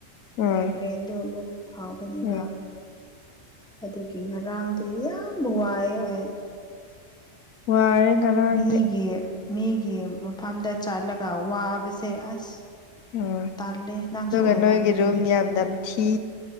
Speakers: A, on the left; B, in the centre.
A: ꯍꯣꯏ
B: ꯃꯥꯏꯒ꯭ꯔꯦꯟꯗꯨ ꯑꯃꯨꯛ ꯍꯥꯎꯒꯅꯤꯕ
A: ꯍꯣꯏ
B: ꯑꯗꯨꯒꯤ ꯉꯥꯡꯗꯨ ꯌꯥꯝ ꯅꯨꯡ ꯋꯥꯥꯏ ꯑꯩ
A: ꯋꯥꯔꯦ ꯉꯔꯥꯡꯗꯤ
B: ꯃꯤꯒꯦ ꯃꯤꯒꯤ ꯃꯐꯝꯗ ꯆꯠꯂꯒ ꯋꯥꯕꯁꯦ ꯑꯁ
A: ꯑꯣ
B: ꯇꯜꯂꯦ ꯅꯪꯁꯨ
A: ꯑꯗꯨꯒ
B: ꯑꯣꯏꯔꯝꯒꯅꯤ
A: ꯅꯣꯏꯒꯤ ꯔꯨꯝ ꯌꯥꯝꯅ ꯊꯤ